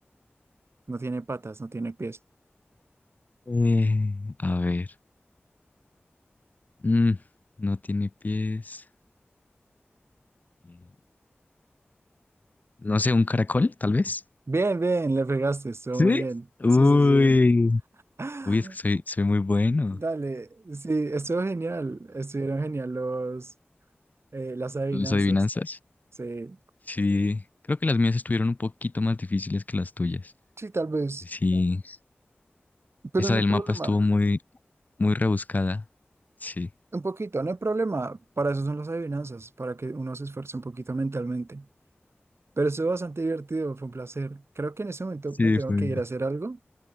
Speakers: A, on the right; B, on the left.
A: No tiene patas, no tiene pies.
B: Eh, a ver. Mm, no tiene pies. Eh, No sé, un caracol, tal vez.
A: Bien, bien, le pegaste, estuvo
B: ¿Sí?
A: muy bien.
B: Uy.
A: Sí, sí, sí. <gasps> <laughs>
B: Uy, es que soy, soy muy bueno.
A: Dale, sí, estuvo genial. Estuvieron genial los, eh, las adivinanzas.
B: Las adivinanzas.
A: Sí.
B: Sí, creo que las mías estuvieron un poquito más difíciles que las tuyas.
A: Sí, tal vez,
B: Sí,
A: pero
B: esa
A: no
B: del
A: hay problema.
B: mapa estuvo muy, muy rebuscada. Sí,
A: Un poquito, no hay problema. Para eso son las adivinanzas, para que uno se esfuerce un poquito mentalmente. Pero estuvo bastante divertido, fue un placer. Creo que en este momento
B: sí,
A: me tengo
B: fue.
A: que ir a hacer algo,